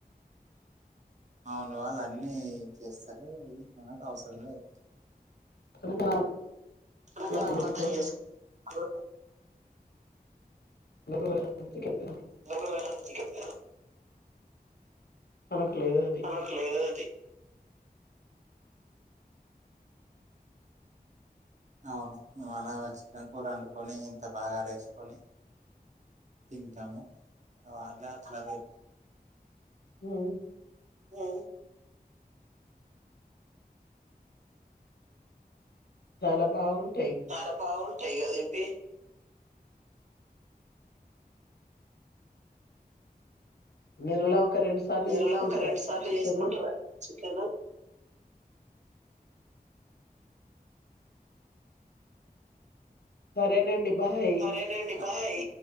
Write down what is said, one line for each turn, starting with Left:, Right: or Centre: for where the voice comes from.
Right: అవును వాళ్ళు అన్నీ చేస్తారు ఇ మనకు అవసరం లేదు
Left: తెలంగాణ
Right: తెలంగాణ
Left: వాళ్ళంతా
Right: వాళ్ళు
Left: చేసుకోరు
Right: అంత చేస్ హలో
Left: గోంగూర, చికెన్ ఆ
Right: గోంగూర కాడ్ చికెన్
Left: మనకు లేదు అది
Right: మనకు లేదు అది అవును మనకు వచ్చిన కూడా వండుకొని ఇంత బాగార వేసుకొని తింటాము అలా అట్లా
Left: ఉమ్
Right: ఆ
Left: చాలా బావుంది
Right: చాలా బాగున్నాటాయి కదా ఇవి
Left: నెలలా ఒక రెండు సార్లు
Right: నెలలో
Left: చేసుకుంటార
Right: ఒక రెండు సార్లు
Left: చికెను
Right: చేసుకుంటారా చికెన్
Left: సరేనండి బాయ్
Right: సరేనండి బాయ్